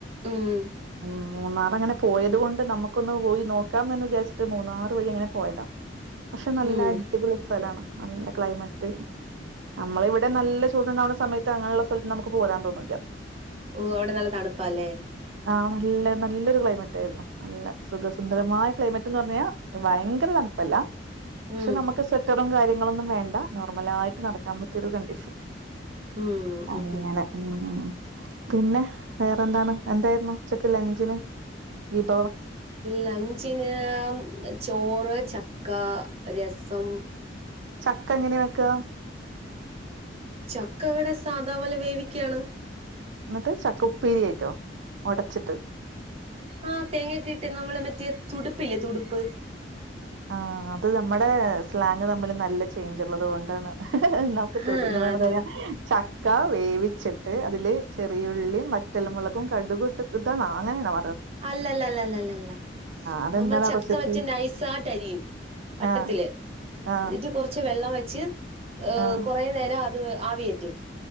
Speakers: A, on the right; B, on the right.
A: ഉം ഉം
B: ഉം മൂന്നാറങ്ങനെ പോയത് കൊണ്ട് നമുക്കൊന്ന് പോയി നോക്കാമെന്ന് വിചാരിച്ചിട്ട് മൂന്നാറ് വഴി അങ്ങനെ പോയതാ പക്ഷെ നല്ല
A: ഉം
B: അടിപൊളി സ്ഥലാണ്. നല്ല ക്ലൈമറ്റ് നമ്മളെ ഇവിടെ നല്ല ചൂടുണ്ടാവുന്ന സമയത്ത് അങ്ങനെയുള്ള സ്ഥലത്ത് നമുക്ക് പോരാൻ തോന്നൂല്യ
A: ഓ അവിടെ നല്ല തണുപ്പാല്ലേ?
B: ആ നല്ല നല്ലൊരു ക്ലൈമറ്റാരുന്നു നല്ല സുഖസുന്ദരമായ ക്ലൈമറ്റ് എന്ന് പറഞ്ഞ് കഴിഞ്ഞാ ഭയങ്കര തണുപ്പല്ല പക്ഷെ
A: ഉം
B: നമ്മക്ക് സെറ്റപ്പ് റ്റും കാര്യങ്ങളൊന്നും വേണ്ട നോർമലായിട്ട് നടക്കാൻ പറ്റിയൊരു കണ്ടീഷൻ
A: ഉം
B: അങ്ങനെ
A: ഉം
B: ഉം പിന്നെ വേറെന്താണ് എന്തായി ഇന്ന് ഉച്ചക്ക് ലഞ്ചിന് വിഭ്
A: ലെഞ്ചിന് ചോറ് ചക്ക് ക്കാ, രസം
B: ചക്ക എങ്ങനെയാ വെക്കാ
A: ചക്ക ഇവിടെ സാദാപോലെ വേവിക്കയാണ്
B: എന്നിട്ട് ചക്ക ഉപ്പേരി ആയിട്ടോ ഒടച്ചിട്ട്,
A: ആ തേങ്ങയൊക്കെ ഇട്ട് നമ്മടെ മറ്റേ തുടുപ്പില്ലേ തുടുപ്പ്?
B: ആ അത് നമ്മുടെ സ്ലാങ് തമ്മിൽ നല്ല ചേയ്ഞ്ചുള്ളത് കൊണ്ടാണ്. നമുക്ക് തൊടും
A: ആഹ്
B: എന്ത
A: അതെ
B: പറയാ
A: അതെ
B: ചക്ക വേവിച്ചിട്ട് അതില് ചെറിയുള്ളിയും വറ്റൽമുളകും കടുകിമിട്ട് ഇത നാളെയാണോ
A: അല്ലല്ലല്ലല്ലല്ലല്ല
B: അതെന്താണ്
A: നമ്മൾ ചക്ക
B: ആ റെസിപ്പി?
A: വച്ച് നൈസായിട്ട് അരിയും വട്ടത്തിൽ
B: ആഹ്,
A: എന്നിട്ട്
B: ആഹ്,
A: കുറച്ച് വെള്ളം വെ ച്ച് ഏഹ്
B: ആഹ്,
A: കുറെ നേരം അ ത് ആവി കേറ്റും.